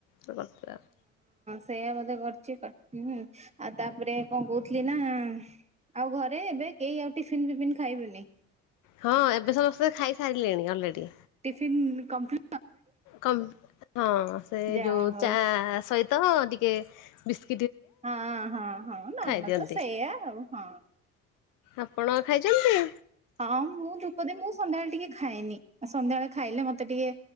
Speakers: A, on the left; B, on the right.
A: କରିଥିବେ ଆ
B: ସେଇୟା ବୋଧେ କରିଛି କଟିନି ଆଉ ତାପରେ କଣ କହୁଥିଲି ନା। ଆଉ ଘରେ ଏବେ କେହି ଆଉ ଟିଫନ୍ ଫିପିନ୍ ଖାଇବେନି।
A: ହଁ ଏବେ ସମସ୍ତେ ଖାଇସାରିଲେଣି ଅଲରେଡ଼ି।
B: ଟିଫିନ୍ କଂପ୍ଲି
A: କମ୍ ହଁ ସେ
B: ଯା
A: ଯୋଉ
B: ହଉ
A: ଚା ସହିତ ଟିକେ ବିସ୍
B: ହଁ ହଁ ହଁ ନର୍ମାଲ
A: ଖାଇଦିଅନ୍ତି।
B: ତ ସେଇୟା ଆଉ ହଁ।
A: ଆପଣ ଖାଇଛନ୍ତି।
B: ହଁ ମୁଁ ଧୂପ ଦେମି ମୁଁ ସନ୍ଧ୍ୟାବେଳେ ଟିକେ ଖାଏନି ସନ୍ଧ୍ୟାବେଳେ ଖାଇଲେ ମତେ ଟିକେ।